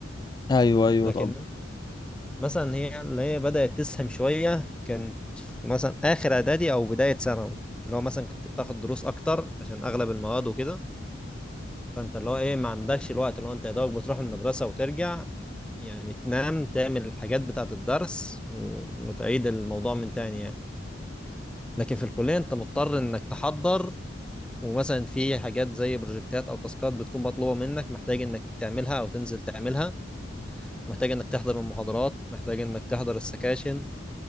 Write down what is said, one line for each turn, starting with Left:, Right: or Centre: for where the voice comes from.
Left: ايوه ايوه
Centre: لكن
Left: طب
Centre: مثلا هي اللي هي بدأت تسهم شوية كانت في مثلا آخر إعدادي أو بداية ثانوي اللي هو مثلا كنت بتاخد دروس أكتر عشان أغلب المواد وكده فأنت اللي هو إيه ما عندكش الوقت اللي هو أنت يا دوبك بتروح المدرسة وترجع يعني تنام تعمل الحاجات بتاعة الدرس و... وتعيد الموضوع من تاني يعني لكن في الكلية أنت مضطر إنك تحضر ومثلا في حاجات زي بروجكتات أو تاسكات بتكون مطلوبة منك محتاج إنك تعملها أو تنزل تعملها محتاج إنك تحضر المحاضرات محتاج إنك تحضر السكاشن